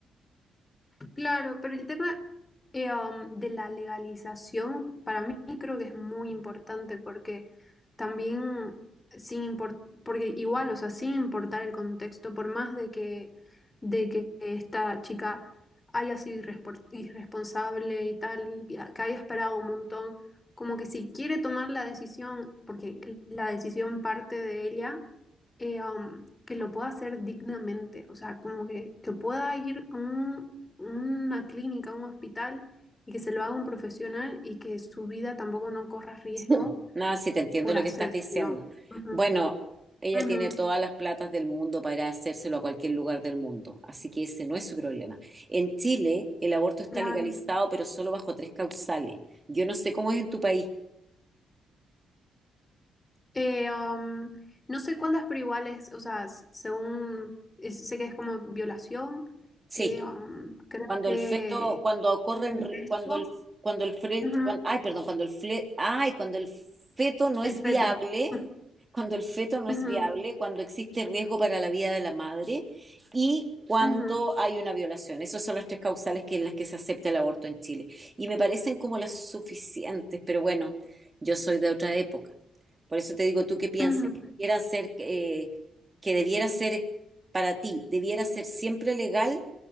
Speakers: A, on the left; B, on the right.
A: Claro, pero el tema eh, um, de la legalización para mí creo que es muy importante porque también sin import- porque igual, o sea, sin importar el contexto, por más de que, de que esta chica haya sido irrespo- irresponsable y tal, y que que haya esperado un montón, como que si quiere tomar la decisión, porque la decisión parte de ella eh, um, que lo pueda hacer dignamente, o sea, como que, que pueda ir a un- una clínica, a un hospital y que se lo haga un profesional y que su vida tampoco no corra riesgo
B: <laughs> Nada, sí te entiendo
A: por
B: lo
A: hacérselo.
B: que estás diciendo.
A: Ujú,
B: Bueno, ella
A: ujú,
B: tiene todas las platas del mundo para hacérselo a cualquier lugar del mundo, así que ese no es su problema. En Chile, el aborto está
A: claro.
B: legalizado, pero solo bajo tres causales. Yo no sé cómo es en tu país.
A: Eh, um, no sé cuántas, pero igual es, o sea, s- según, es- sé que es como violación,
B: Sí,
A: eh, um, creo
B: cuando
A: que
B: el feto, cuando ocurre, en
A: incesto,
B: ri- cuando el, cuando el fre-
A: ujú,
B: cuan- ay, perdón, cuando el fle- ay, cuando el feto no
A: el
B: es
A: feto.
B: viable
A: <laughs>
B: cuando el feto no
A: Ujú,
B: es viable, cuando existe riesgo para la vida de la madre y cuando
A: ujú,
B: hay una violación. Esas son las tres causales que, en las que se acepta el aborto en Chile. Y me parecen como las suficientes, pero bueno, yo soy de otra época. Por eso te digo, ¿tú qué piensas?
A: ujú.
B: ¿Que debiera ser, eh, que debiera ser para ti, debiera ser siempre legal,